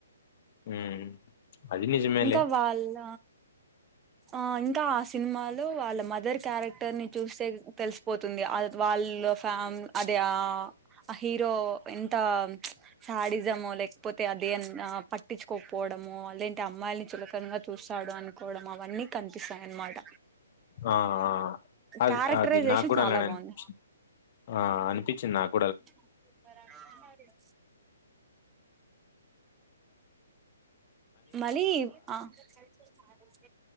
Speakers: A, on the left (about 45°); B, on the right (about 15°).
A: హ్మ్. అది నిజమేలే.
B: ఇంకా వాళ్ళ ఆ ఇంకా ఆ సినిమాలో వాళ్ళ మదర్ క్యారెక్టర్ ని చూస్తే తెలిసిపోతుంది. అద్ వాళ్ళ ఫ్యామ్ అదే ఆ ఆ హీరో ఎంత శాడిజంమో లేకపోతే అదే అన్ పట్ పట్టించుకోకపోవడమో. లెంటే అమ్మాయిల్ని చులకనంగా చూస్తాడు అనుకోవడం అవన్నీ కనిపిస్తాయి. అనమాట
A: ఆ ఆ అల్
B: క్యారెక్టరైజేషన్
A: అది నాకు కూడా
B: చాలా
A: అలానే అనిపించ్
B: బాగుంది
A: ఆ అనిపించింది నాక్
B: <unintelligible> మలీ వ్ ఆహ్ <unintelligible>